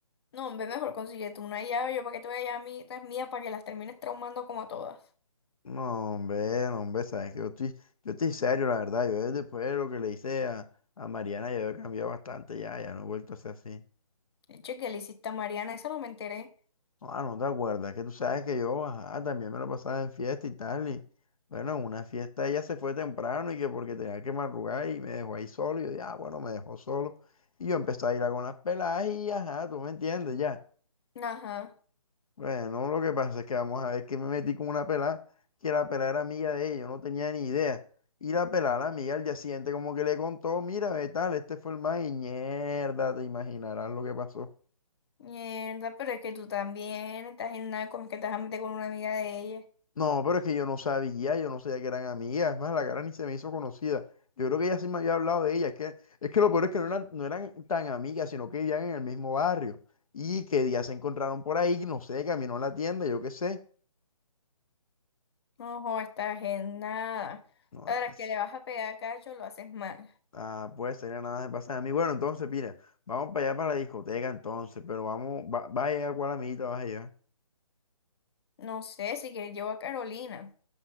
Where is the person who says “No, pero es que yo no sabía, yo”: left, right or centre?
Left